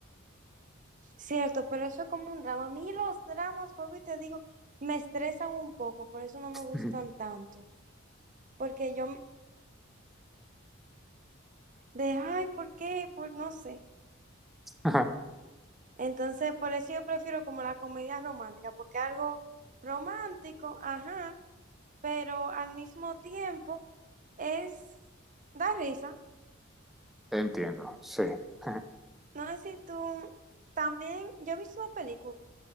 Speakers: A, on the right (about 40°); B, in the centre.
A: Cierto, pero eso es como un drama. A mí los dramas, vuelvo y te digo, me estresan un poco, por eso no me gustan
B: Ujú.
A: tanto. Porque yo me- de, ay, ¿por qué? Por no sé.
B: Ajá,
A: Entonces, por eso yo prefiero como la comedia romántica, porque algo romántico, ajá, pero al mismo tiempo es da risa.
B: Entiendo, sí, Ajá.
A: No sé si tú también, yo he visto una película